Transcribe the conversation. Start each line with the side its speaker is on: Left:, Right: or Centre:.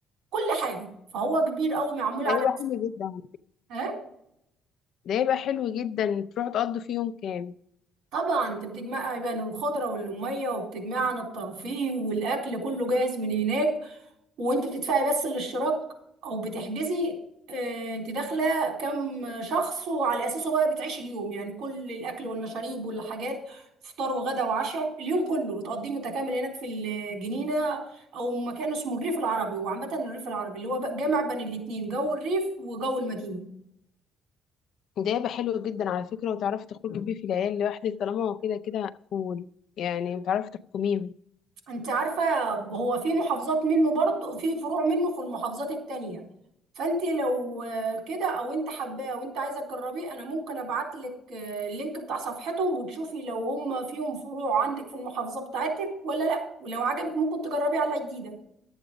Right: كل حاجه فهو كبير قوي معمول على
Left: ده يبقى حلو جدا
Right: ها
Left: ده يبقى حلو جدا تروحوا تقضوا فيه يوم كامل
Right: طبعا انت بتجمع بين الخضره والميه وبتجمع عن الترفيه والاكل كله جاهز من هناك وانت بتدفعي بس الاشتراك او بتحجزي آه، انت داخله كام شخص وعلى اساسه بقى بتعيشي اليوم يعني كل الاكل والمشاريب والحاجات فطار وغدا وعشاء اليوم كله بتقضيه متكامل هناك في الجنينه او مكان اسمه الريف العربي وعامه الريف العربي اللي هو بقى جامع بين الاتنين جو الريف وجو المدينه
Left: ده يبقى حلو جدا على فكره وتعرفي تخرجي بيه في العيال لوحدك طالما هو كده كده مقفول يعني بتعرفي تحكميهم
Right: انت عارفة هو في محافظات منه برضه في فروع منه في المحافظات التانية فانت لو آه، كده او انت حباه وانت عايزة تجربيه انا ممكن ابعت لك اللينك بتاع صفحتهم وتشوفي لو هم فيهم فروع عندك في المحافظة بتاعتك ولا لا ولو عجبك ممكن تجربيه على جديدة